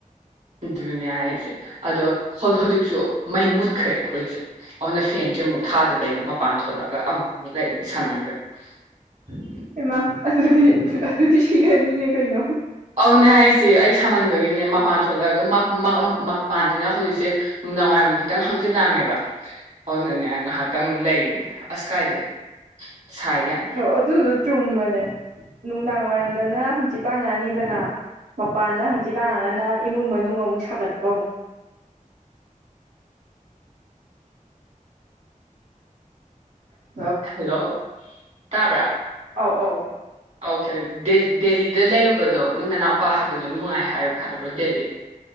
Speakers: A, on the right; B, on the right.
A: ꯑꯗꯨꯅꯦ ꯍꯥꯏꯁꯦ ꯑꯗꯣ ꯍꯧꯖꯤꯛ ꯍꯧꯖꯤꯛꯁꯨ ꯃꯩ ꯃꯨꯠꯈ꯭ꯔꯦ ꯑꯩꯈꯣꯏꯁꯦ ꯑꯗꯨꯅ ꯐꯦꯟꯁꯦ ꯃꯨꯠꯦ ꯊꯥꯗꯕꯩꯅꯦ ꯃꯄꯥꯟ ꯊꯣꯛꯂꯛꯑꯒ ꯑꯃꯝꯃꯨꯛ ꯂꯩꯔꯤꯅꯦ ꯁꯥꯝꯍꯟꯕꯒꯤ <unintelligible>
B: ꯏꯃꯥ ꯑꯗꯨꯗꯤ ꯑꯗꯨꯗꯤ ꯁꯤꯔꯅꯤꯌꯦ ꯀꯩꯅꯣ
A: ꯑꯧꯅꯦ ꯍꯥꯏꯁꯦ ꯑꯩ ꯁꯥꯃꯟꯕꯒꯤꯅꯦ ꯃꯄꯥꯟ ꯊꯣꯛꯂꯛꯑꯒ ꯃꯄꯥꯟꯁꯤꯅ ꯍꯧꯖꯤꯛꯁꯦ ꯅꯨꯡꯗꯥꯡꯋꯥꯏꯔꯝꯒꯤ ꯈꯤꯇꯪ ꯍꯥꯡꯆꯤꯜ ꯍꯥꯡꯉꯦꯕ ꯍ ꯅꯅꯦꯪ ꯍꯥ ꯈꯤꯇꯪ ꯂꯩꯔꯤ ꯑꯁ ꯀꯥꯏꯗꯩ ꯁꯥꯏ ꯌꯥꯝ
B: ꯑꯣ ꯑꯗꯨꯗꯣ ꯆꯨꯝꯃꯦꯅꯤ ꯅꯨꯡꯗꯥꯡ ꯋꯥꯏꯔꯝꯗꯅ ꯍꯪꯆꯤꯠ ꯂꯥꯡꯉꯛꯑꯅꯤꯗꯅ ꯃꯄꯥꯟꯗ ꯍꯥꯡꯆꯤꯠ ꯂꯥꯡꯉꯒꯅ ꯏꯃꯨꯡ ꯃꯅꯨꯡ ꯑꯃꯨꯛ ꯁꯥꯒꯠꯄ ꯑꯃꯨꯛ ꯎꯝ
A: ꯍꯜꯂꯣ ꯇꯥꯕ꯭ꯔꯥ
B: ꯑꯧ ꯑꯧꯧ
A: ꯑꯣꯀꯦ ꯗꯦꯜꯂꯤꯗ ꯂꯩꯔꯨꯕꯗꯣ ꯅꯪ ꯅꯅꯥꯎꯄꯥ ꯍꯥꯏꯕꯗꯣ ꯅꯨꯡꯉꯥꯏ ꯍꯥꯏ ꯍꯥꯏꯕ꯭ꯔꯣ ꯗꯦꯜꯂꯤ